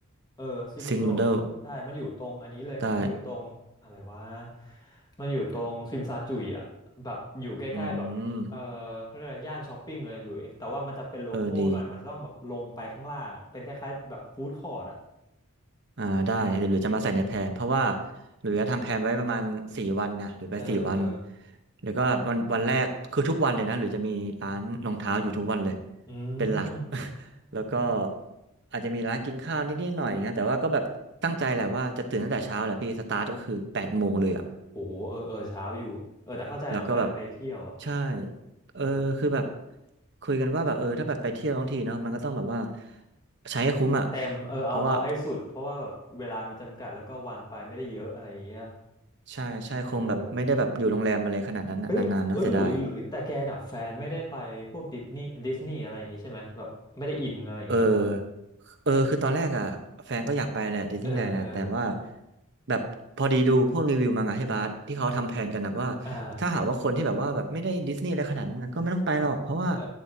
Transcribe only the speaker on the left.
เออซิกนูโด
ใช่มันอยู่ตรงอันนี้เลยมันอยู่ตรงอะไรวะ
มันอยู่ตรงซิมซาจุยอ่ะแบบอยู่ใกล้ๆแบบเออเขาเรียกอะไรย่านช้อปปิ้งเลยหลุยแต่ว่ามันจะเป็นโลคอลหน่อยมันจะต้องแบบลงไปข้างล่างอ่ะเป็นคล้ายๆแบบฟู้ดคอร์ทอ่ะ
เออเออ
อื
ม
โหเออเออเช้าอยู่เออแต่เข้าใจเนาะไปไปเที่ยวอ่ะ
เออ
เต็มเออเอาเอาให้สุดเพราะว่าแบบเวลามีจำกัดแล้วก็วันไปไม่ได้เยอะอะไรอย่างเงี้ย
เออเอ้ยเอ้ยหลุยหลุยแต่แกกับแฟนไม่ได้ไปพวกดิสนีย์ดิสนีย์อะไรอย่างงี้ใช่ไหมแบบไม่ได้อินอะไรอย่างงี้ใช่ปะ
เออเออ
อ่า
เออ